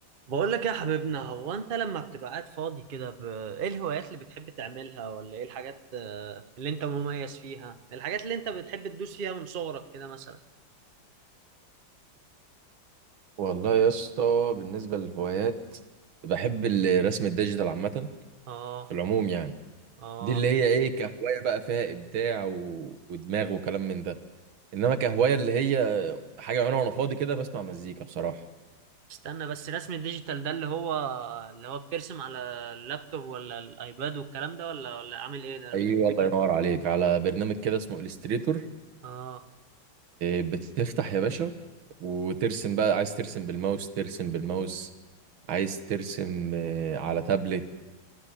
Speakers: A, on the right (about 40°); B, on the right (about 85°).
A: بقول لك يا حبيبنا هو انت لما بتبقى قاعد فاضي كده ب... ايه الهوايات اللي بتحب تعملها ولا ايه الحاجات آه، اللي انت مميز فيها الحاجات اللي انت بتحب تدوس فيها من صغرك كده مثلا
B: والله يا اسطى بالنسبة للهوايات بحب الرسم الديجيتال عامة
A: اه
B: في العموم يعني
A: اه
B: دي اللي هي ايه كهواية بقى فيها إبداع و... ودماغ وكلام من ده إنما كهواية اللي هي حاجة بعملها وأنا فاضي كده بسمع مزيكا بصراحة
A: استنى بس رسم الديجيتال ده اللي هو اللي هو بترسم على اللابتوب ولا الايباد والكلام ده ولا ولا عامل ايه ده
B: أيوة الله ينور عليك على برنامج كده اسمه إليستريتور
A: اه
B: بتفتح يا باشا وترسم بقى عايز ترسم بالماوس ترسم بالماوس عايز ترسم آه، على تابلت